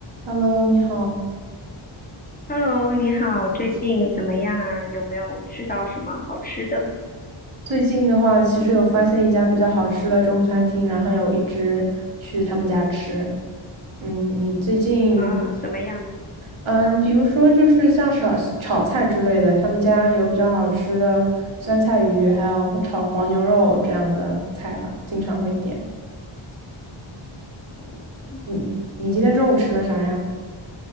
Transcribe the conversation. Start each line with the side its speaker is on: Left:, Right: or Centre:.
Right: Hello，你好。
Left: Hello，你好，最近怎么样啊？有没有吃到什么好吃的？
Right: 最近的话，其实有发现一家比较好吃的中餐厅，然后还有一直去他们家吃。嗯，你最近，
Left: 啊、什么样的？
Right: 嗯，比如说就是像炒炒菜之类的，他们家有比较好吃的酸菜鱼，还有炒黄牛肉这样的菜吧，经常会点。
Left: 嗯我
Right: 你你今天中午吃了啥呀？